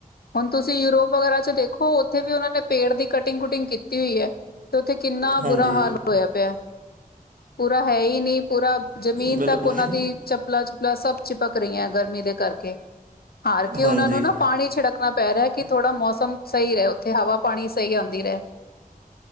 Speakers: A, on the left; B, on the right.
A: ਹੁਣ ਤੁਸੀਂ ਯੂਰੋਪ ਵਗੈਰਾ ਚ ਦੇਖੋ ਉੱਥੇ ਵੀ ਉਹਨਾਂ ਨੇ ਪੇੜ ਦੀ ਕਟਿੰਗ ਕੁਟਿੰਗ ਕੀਤੀ ਹੋਈ ਹੈ ਤੇ ਉੱਥੇ ਕਿੰਨਾ
B: ਹਾਂਜੀ
A: ਬੁਰਾ ਹਾਲ ਹੋਇਆ ਪਿਆ ਪੂਰਾ ਹੈ ਹੀ ਨਹੀਂ ਪੂਰਾ ਜ਼ਮੀਨ
B: ਬਿਲਕੁਲ
A: ਤੱਕ ਉਹਨਾਂ
B: ਜੀ
A: ਦੀ ਚੱਪਲਾਂ ਚੁੱਪਲਾਾਂ ਸਭ ਚਿਪਕ ਰਹੀਆਂ ਗਰਮੀ ਦੇ ਕਰਕੇ ਹਾਰ ਕੇ
B: ਹਾਂਜੀ
A: ਉਹਨਾਂ ਨੂੰ ਨਾ ਪਾਣੀ ਛਿੜਕਣਾ ਪੈ ਰਿਹਾ ਕਿ ਥੋੜ੍ਹਾ ਮੌਸਮ ਸਹੀ ਰਹਾ ਉੱਥੇ ਹਵਾ ਪਾਣੀ ਸਹੀ ਆਉਂਦੀ ਰਹੇ